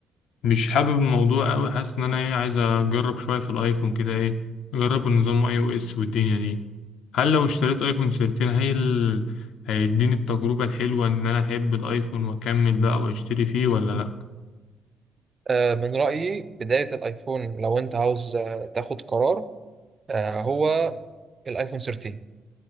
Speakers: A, on the left; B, on the right.
A: مش حابب الموضوع قوي حاسس ان انا ايه عايز اجرب شويه في الايفون كده ايه اجرب النظام اي او اس والدنيا دي هل لو اشتريت ايفون 13 هي ال... هيديني التجربه الحلوه ان انا احب الايفون واكمل بقى واشتري فيه ولا لا
B: آه، من رأيي بداية الآيفون لو أنت عاوز آه، تاخد قرار آه، هو الآيفون 13